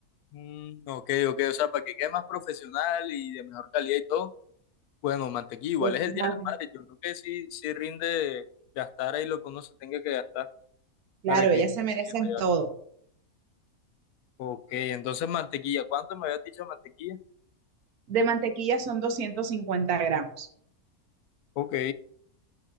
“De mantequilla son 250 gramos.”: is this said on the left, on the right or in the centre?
Right